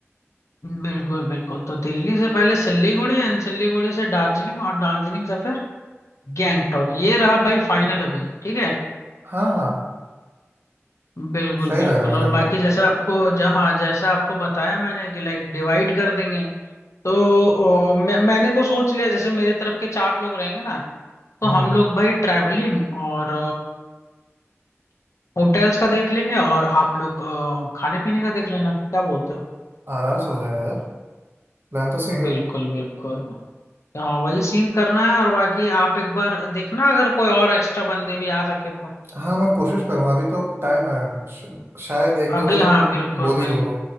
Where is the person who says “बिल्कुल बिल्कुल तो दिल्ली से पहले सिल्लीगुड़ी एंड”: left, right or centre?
Left